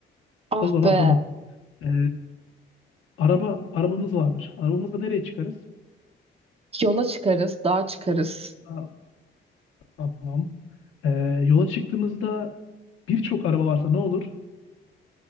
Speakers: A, on the right (about 30°); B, on the left (about 75°).
A: Ah
B: O zaman
A: be.
B: tamam. E, araba arabamız vardır. Arabamızla nereye çıkarız?
A: Yola çıkarız, dağa çıkarız.
B: Ha, Tamam. E, yola çıktığımızda birçok araba varsa ne olur?